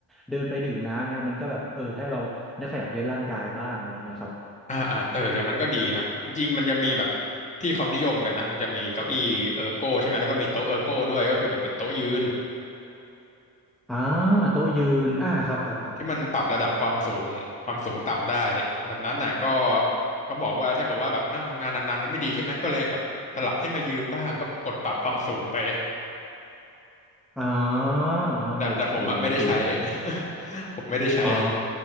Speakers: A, in the centre; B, on the left.
A: เดินไปดื่มน้ำเงียครับมันก็แบบเออให้เราได้ขยับเยื้อนร่างกายบ้างอะไรเงี้ยครับ
B: อ่าอ่าเอออย่างนั้นก็ดีฮะจริงๆมันจะมีแบบที่เขานิยมกันนะมันจะมีเก้าอี้เออร์โก้ใช่ไหมแล้วก็มีโต๊ะเออร์โก้ด้วยก็คือแบบเป็นโต๊ะยืน
A: อ่าโต๊ะยืนอ่าครับครับครับ
B: ที่มันปรับระดับความสูงความสูงต่ำได้แบบนั้นน่ะก็เขาบอกว่าถ้าเกิดว่าแบบนั่งทำงานนานๆมันไม่ดีใช่ไหมก็เลยแบบสลับให้มายืนบ้างก็กดปรับความสูงไป
A: อ๋ออ๋อโอเคโอเคนะ
B: แต่แต่ผมแบบไม่ได้ใช้ <laughs> ผมไม่ได้ใช้
A: อ๋อ